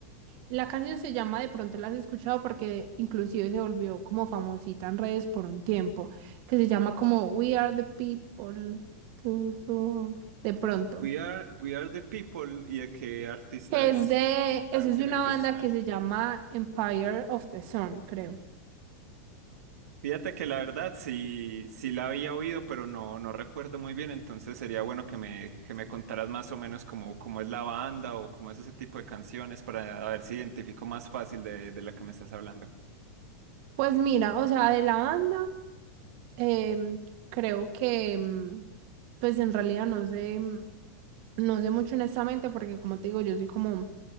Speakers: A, on the right (about 55°); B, on the right (about 85°).
A: La canción se llama De pronto la has escuchado porque inclusive se volvió como famosita en redes por un tiempo. Que se llama como We Are the People to the World. De pronto.
B: We are, we are the people y de qué artista
A: Que
B: es.
A: es de.
B: A
A: Eso
B: ver
A: es
B: si
A: de
B: me
A: una
B: empieza
A: banda
B: a sonar.
A: que se llama Empire of the Sun, creo.
B: Fíjate que la verdad sí, sí la había oído, pero no, no recuerdo muy bien, entonces sería bueno que me, que me contaras más o menos cómo, cómo es la banda o cómo es ese tipo de canciones para a ver si identifico más fácil de, de la que me estás hablando.
A: Pues mira, o sea, de la banda, em, creo que, em, pues en realidad no sé, em, no sé mucho honestamente, porque como te digo, yo soy como,